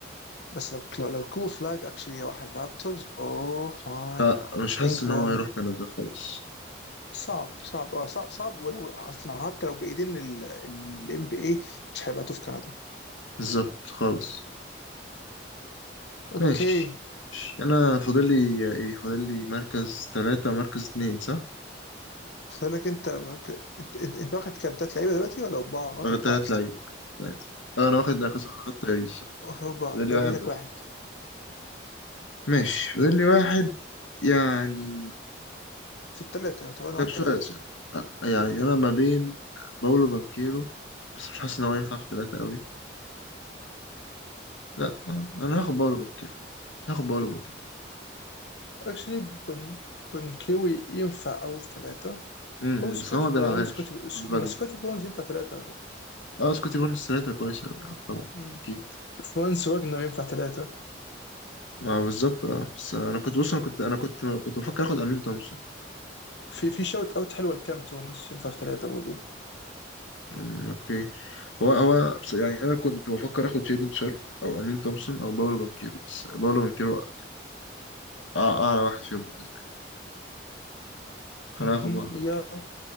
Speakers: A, on the left (about 65°); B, on the left (about 85°).
A: بس لو لو كو فلاج اكشلي راح الرابترز اوه ماي
B: لا
A: جاد
B: مش حاسس
A: انجرام
B: ان هو هيروح كندا خالص
A: صعب صعب اه صعب, صعب ولو اصل حتى لو بايدين الام بي اي مش هيبقى في كندا
B: بالظبط خالص
A: اوكي
B: ماشي ماشي. انا فاضل لي ايه فاضل لي مركز ثلاثة مركز اتنين صح
A: فقال لك انت ممكن انت انت, انت واخد كام تلات لعيبه دلوقتي ولا اربعه؟ واخد
B: واخد
A: اربعه
B: تلات
A: يا اسطى
B: لعيبة تلاتة اه انا واخد اخر صح واخد تاريخ صح
A: اربعه
B: فاضل لي
A: باقي
B: واحد
A: لك
B: بس
A: واحد
B: ماشي فاضل لي واحد يعني
A: في الثلاثه طب انا
B: ده
A: واحد
B: بسؤال
A: ثلاثه
B: سهل أ- يعني انا ما بين باولو بانكيرو بس مش حاسس ان هو ينفع في ثلاثة قوي لا آه، انا هاخد باولو بانكيرو هاخد باولو بانكيرو
A: اكشلي بن بنكيوي ينفع او في ثلاثه
B: م- م،
A: او سكوتي
B: بس هو ما بيلعبهاش
A: بونز سكوتي
B: فاجن
A: ما سكوتي بونز ينفع ثلاثه
B: اه سكوتي بونس ثلاثة كويسة أوي، آه، طبعا
A: مم.
B: اكيد
A: فرانس واجنر ينفع ثلاثه
B: ما بالظبط اه بس انا كنت بص انا كنت انا كنت كنت بفكر اخد امين تومسون
A: في في شوت اوت حلوه لكام توماس ينفع في ثلاثه برضه
B: أمم، اوكي هو هو بس يعني انا كنت بفكر اخد شيدن شارب او امين تومسون او باولو بانكيرو بس باولو بانكيرو أع- اعلى واحد فيهم بالنسبه لي فانا
A: مهم.
B: هاخد باولو
A: يا
B: بانكيرو